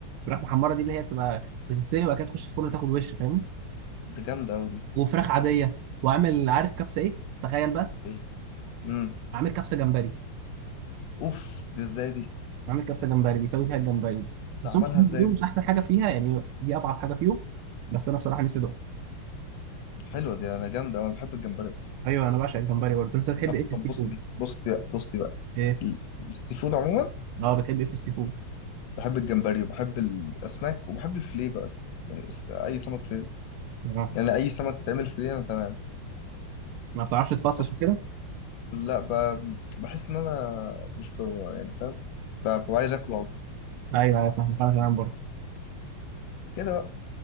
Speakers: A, on the right (about 85°); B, on the left (about 70°).
A: فراخ محمره دي اللي هي بتبقى بتتسلق وبعد كده تخش الفرن تاخد وش فاهم
B: ده جامده قوي دي
A: وفراخ عاديه وعامل عارف كبسه ايه تخيل بقى
B: ايه امم
A: عامل كبسه جمبري
B: اوف دي ازاي دي
A: عامل كبسه جمبري بيسوي فيها الجمبري بس
B: ده عملها
A: هم عاملين
B: ازاي
A: دول
B: دي
A: مش احسن حاجه فيها يعني دي اضعف حاجه فيهم بس انا بصراحه نفسي ادوق
B: حلوه دي انا جامده انا بحب الجمبري اكتر
A: ايوه انا بعشق الجمبري برضه انت بتحب
B: طب
A: ايه في
B: طب
A: السي
B: بص
A: فود؟
B: دي بص دي بقى بص دي بقى
A: ايه
B: السي فود عموما
A: اه بتحب ايه في السي فود؟
B: بحب الجمبري وبحب الاسماك وبحب الفيليه بقى يعني بس اي سمك فيليه
A: اه
B: يعني اي سمك يتعمل فيليه انا تمام
A: ما بتعرفش تفصص
B: بس
A: وكده؟
B: لا ب... بحس ان انا مش ب... يعني فاهم ب... ببقى عايز اكل على طول
A: ايوه ايوه فاهم انا كمان برضه
B: كده بقى